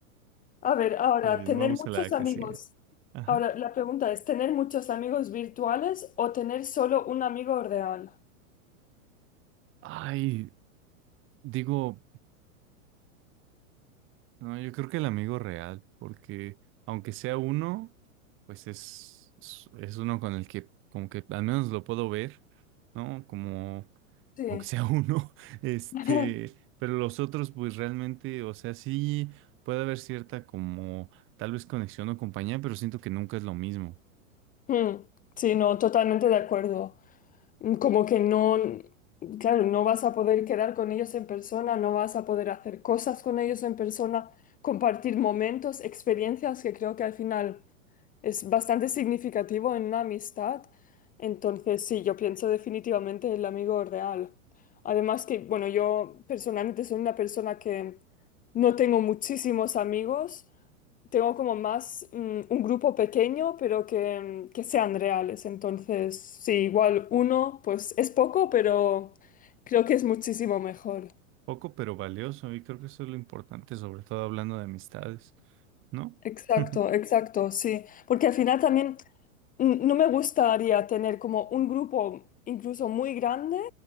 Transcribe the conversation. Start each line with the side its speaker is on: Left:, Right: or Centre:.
Left: A ver, ahora,
Right: bien,
Left: tener
Right: vamos
Left: muchos
Right: a la que
Left: amigos.
Right: sigue. Ajá.
Left: Ahora, la pregunta es, ¿tener muchos amigos virtuales o tener solo un amigo real?
Right: Ay, digo, no, yo creo que el amigo real, porque aunque sea uno, pues es, es, es uno con el que como que al menos lo puedo ver, ¿no? Como,
Left: Sí.
Right: aunque sea uno, <laughs> este,
Left: <laughs>
Right: pero los otros pues realmente, o sea, sí puede haber cierta como tal vez conexión o compañía, pero siento que nunca es lo mismo.
Left: Mm, Sí, no, totalmente de acuerdo. Mm, Como que no, claro, no vas a poder quedar con ellos en persona, no vas a poder hacer cosas con ellos en persona, compartir momentos, experiencias que creo que al final... Es bastante significativo en una amistad. Entonces, sí, yo pienso definitivamente el amigo real. Además que, bueno, yo personalmente soy una persona que no tengo muchísimos amigos. Tengo como más mm, un grupo pequeño, pero que, mm, que sean reales. Entonces, sí, igual uno, pues es poco, pero creo que es muchísimo mejor.
Right: Poco pero valioso, y creo que eso es lo importante, sobre todo hablando de amistades, ¿no?
Left: Exacto,
Right: <laughs>
Left: exacto, sí. Porque al final también N- No me gustaría tener como un grupo incluso muy grande